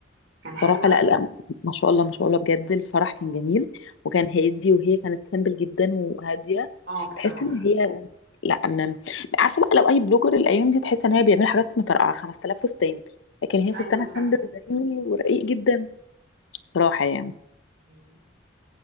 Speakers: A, on the right (about 60°); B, on the left (about 75°).
A: كان حلو
B: صراحة
A: قوي
B: لا لا ما شاء الله ما شاء الله بجد الفرح
A: اه
B: كان جميل وكان هادي وهي كانت سامبل جدا وهادية
A: اه بصراحة
B: تحس ان هي لا أمام عارفة بقى لو اي بلوجر الايام دي تحس ان هي بيعمل حاجات مترقعة 5000 فستان لكن هي فستانها
A: ايوه فعلا
B: سامبل جميل ورقيق جدا صراحة يعني
A: مم.